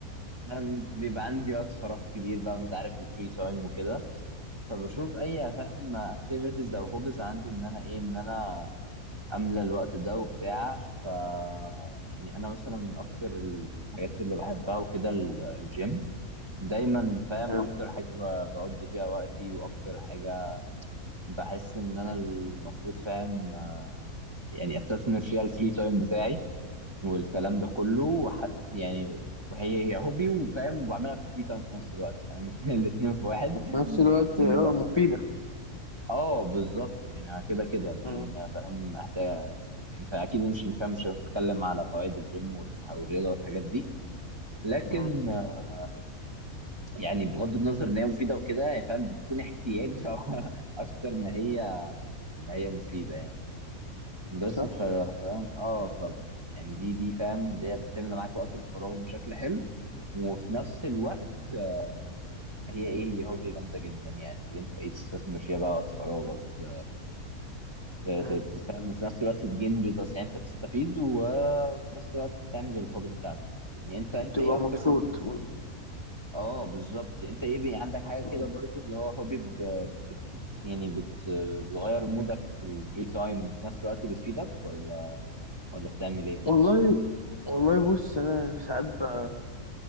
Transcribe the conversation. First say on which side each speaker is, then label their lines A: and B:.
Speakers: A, on the right; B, on the left.
A: فاهم بيبقى عندي وقت فراغ كبير بقى وانت عارف الفري تايم وكده فبشوف اي فاهم اكتيفيتيز او هوبز عندي ان انا ايه ان انا املى الوقت ده وبتاع ف يعني انا مثلا من اكتر الحاجات اللي بحبها وكده ال- الجيم دايما فاهم
B: حلو
A: اكتر حاجه ب- بقضي فيها وقتي واكتر حاجه بحس ان انا المفروض فاهم آه، يعني استثمر فيها الفري تايم بتاعي والكلام ده كله وحت يعني وهي هي هوبي وفاهم وبعملها في فري تايم في نفس الوقت فاهم <laughs> الاثنين في واحد
B: في نفس الوقت
A: لا.
B: اه مفيده
A: اه بالظبط يعني كده كده لان
B: مم.
A: فاهم محتاج يعني فاكيد مش مش مش هتكلم على فوائد الجيم وال- والرياضه والحاجات دي لكن
B: مم.
A: آه، يعني بغض النظر ان هي مفيده وكده يعني فاهم بتكون احتياج <laughs> ف- اكتر ما هي ما هي مفيده يعني بس
B: صح
A: ف- فاهم اه ف يعني دي دي فاهم اللي هي بتملى معاك وقت الفراغ بشكل حلو وفي نفس الوقت آه، هي ايه هي هوبي جامده جدا يعني اللي انت ايه تستثمر فيها بقى وقت فراغك ت- ت- ت-
B: مم.
A: تفهم وفي نفس الوقت تجين ريزلتس يعني انت بتستفيد وفي نفس الوقت بتعمل الهوبي بتاعتك يعني انت انت
B: بتبقى
A: ايه اكتر
B: مبسوط
A: هوبي
B: مم.
A: اه بالظبط انت ايه بي عندك حاجه كده
B: مم.
A: برضو اللي هو هوبي ب- بت يعني بت بتغير مودك في الفري تايم وفي نفس الوقت بتفيدك ولا ولا بتعمل ايه
B: والله والله بص انا ساعات بقى